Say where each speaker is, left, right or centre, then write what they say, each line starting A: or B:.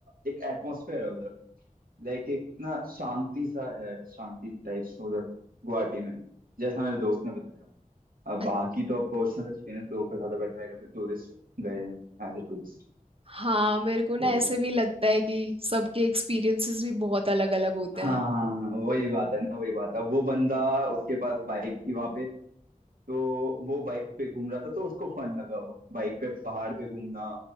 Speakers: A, on the right; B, on the right.
A: एक एटमोसफेयर है उधर लाइक एक ना शांति सा है शांति टाइप्स उधर गुवाहाटी में जैसा मेरे दोस्त ने बताया अब
B: अ-
A: बाकी तो पर्सनल एक्सपीरियंस लोगों का ज्यादा बेटर रहेगा कि टूरिस्ट गए हैं एज ए टूरिस्ट
B: हाँ मेरे को ना
A: तो
B: ऐसे भी लगता है कि सबके एक्सपीरियंसेस भी बहुत अलग अलग होते
A: हाँ हाँ वही बात है ना वही बात है वो बंदा उसके पास बाइक थी वहां पे तो वो बाइक पे घूम रहा था तो उसको फन लगा वो बाइक पे पहाड़ पे घूमना